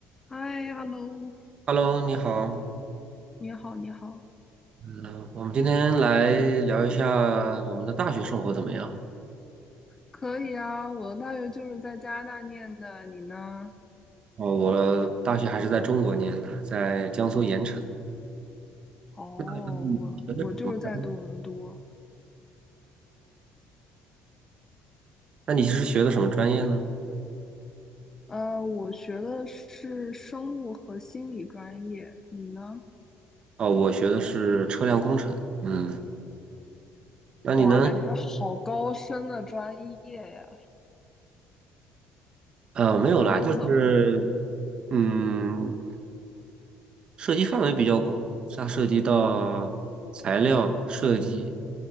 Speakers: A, on the left; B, on the right.
A: 嗨，hello，
B: Hello，你好，
A: 你好，你好，
B: 嗯、我们今天来聊一下我们的大学生活怎么样？
A: 可以啊。我的大学就是在加拿大念的，你呢？
B: 哦，我大学还是在中国念的，在江苏盐城。
A: 哦，
B: 嗯学的是什么
A: 我我就是在多伦多。
B: 那你是学的什么专业呢？
A: 呃，我学的是生物和心理专业，你呢？
B: 哦，我学的是车辆工程。嗯，那你呢？
A: 哇，感觉好高深的专业呀，
B: 呃，没有啦，
A: 我完全不懂。
B: 就是嗯，涉及范围比较广，它涉及到材料设计，